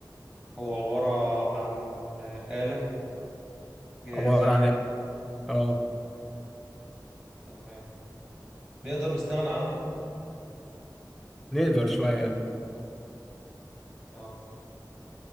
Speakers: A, on the right; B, in the centre.
A: هو عبارة عن آلة جهاز
B: عبارة
A: يعني
B: عن ايه؟ اه
A: تمام نقدر نستغنى عنه
B: نقدر شوية
A: اه